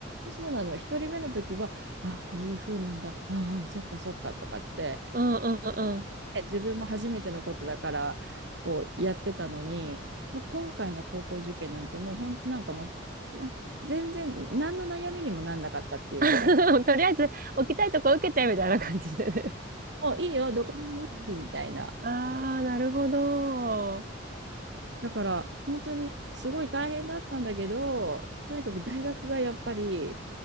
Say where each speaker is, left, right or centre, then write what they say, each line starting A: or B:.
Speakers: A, on the right; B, on the right.
A: んそうなの、一人目の時は、あ、こういう風なんだ、ああ、そっかそっかとかって、
B: うんうんうんうん。
A: ね自分も初めてのことだからこうやってたのにもう今回の高校受験なんてもう本当なんかもうもう全然何の悩みにもなんなかったっていうぐらい
B: <laughs> とりあえず置きたいとこ受けてみたいな感じでね。
A: もういいよどこでもいいみたいな
B: <laughs> ああ、なるほど。
A: だから本当にすごい大変だったんだけどとにかく大学がやっぱり